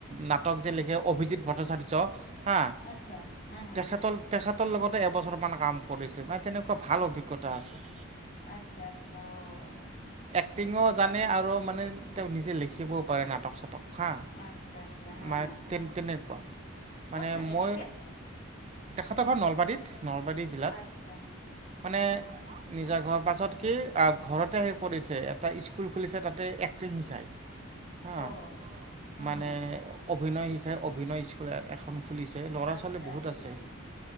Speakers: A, on the right; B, on the left.
A: নাট টক যে লিখে অভিজিত ভট্টাচাৰ্য হা,
B: আচ্ছা হা হা
A: তেখেতৰ-তেখেতৰ লগতে এবছৰমান কাম কৰিছিল পাই তেনেকোৱা ভাল অভিজ্ঞতা আছে।
B: আটচ্ছা আটচ্ছা অ অ
A: এক্টিংও জানে আৰু মানে তেওঁ নিজে লিখিবও পাৰে নাটক চাতক। হা
B: আচ্ছা আচ্ছা হা
A: মানে তে তেনেকুৱা মানে
B: ক'ত থাকে
A: মই
B: তেখেত?
A: তেখেতৰ ঘৰ নলবাৰীত নলবাৰী জিলাত
B: আটচ্ছা।
A: মানে নিজা ঘৰ পাছত কি ঘৰতে আহি কৰিছে এটা স্কুল খুলিছে তাতে এক্টিং শিকাই। হ
B: অ' হা
A: মানে
B: হা
A: অভিনয় শিক্ষাই অভিনয় স্কুল এ এখন খুলিছে ল'ৰা-ছোৱালী
B: আচ্ছা
A: বহুত
B: স্কুল
A: আছে
B: খুলিছে